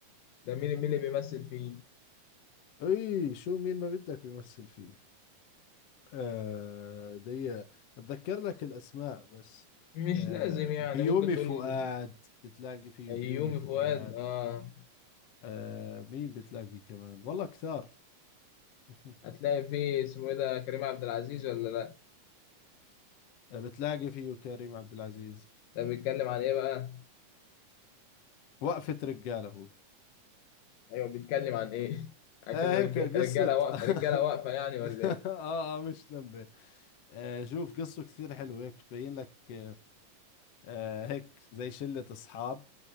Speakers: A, on the left; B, on the left.
A: ده مين مين اللي بيمثل فيه
B: إي شو مين ما بدك بيمثل فيه آه دي أتذكر لك الأسماء بس
A: مش
B: آه
A: لازم يعني
B: بيومي
A: ممكن تقول
B: فؤاد بتلاقي فيه
A: أيومي
B: بيومي فؤاد
A: فؤاد اه
B: آه مين بتلاقي كمان والله كثار <laughs>
A: هتلاقي فيه اسمه ايه ده كريم عبد العزيز ولا لا
B: آه، بتلاقي فيه كريم عبد العزيز
A: ده بيتكلم عن ايه بقى
B: وقفة رجالة هو
A: ايوه بيتكلم عن ايه <laughs> عشان
B: آه
A: رج-
B: هيك قصة
A: رجاله واقفه
B: <laughs>
A: رجاله واقفه يعني ولا ايه
B: آه, آه مش لمبة آه شوف قصته كثير حلوة هيك بتبين لك آه آه، هيك زي شلة أصحاب